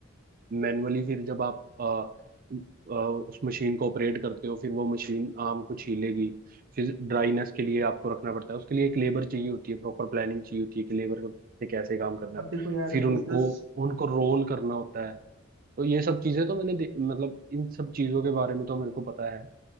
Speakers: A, on the right; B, on the right.
A: मैनुअली फिर जब आप अ, अ, उस मशीन को ऑपरेट करते हो फिर वो मशीन आम को छीलेगी फिर ड्राईनेस के लिए आपको रखना पड़ता है उसके लिए एक लेबर चाहिए होती है प्रॉपर प्लानिंग चाहिए होती है कि लेबर से कैसे काम करना
B: अब
A: है
B: देखो यार
A: फिर उनको
B: बिजनेस
A: उनको रोल करना होता है तो ये सब चीजें तो मैंने दे- मतलब इन सब चीजों के बारे में तो मेरे को पता है